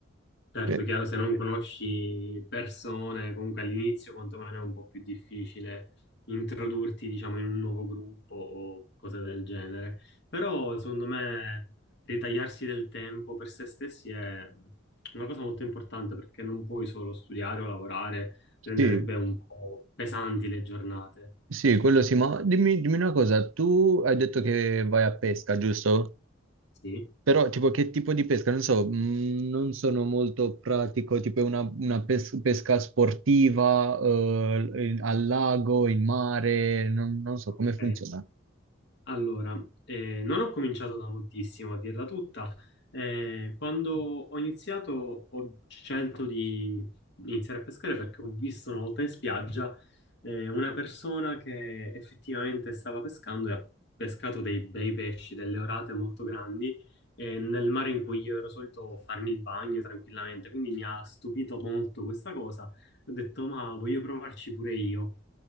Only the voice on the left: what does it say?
Certo,
chiaro, se non Eh, conosci persone, comunque all'inizio quantomeno è un po' più difficile introdurti, diciamo, in un nuovo gruppo o cose del genere. Però, secondo me, ritagliarsi del tempo per se stessi è una cosa molto importante perché non puoi solo studiare o lavorare, renderebbe
un po' pesanti le giornate.
Sì,
ok.
Allora, eh, non ho cominciato da moltissimo, a dirla tutta. Eh, quando ho iniziato ho scelto di iniziare a pescare perché ho visto una volta in spiaggia eh, una persona che effettivamente stava pescando e ha pescato dei bei pesci, delle orate molto grandi, eh, nel mare in cui io ero solito farmi il bagno tranquillamente. Quindi mi ha stupito molto questa cosa. Ho detto, ma voglio provarci pure io.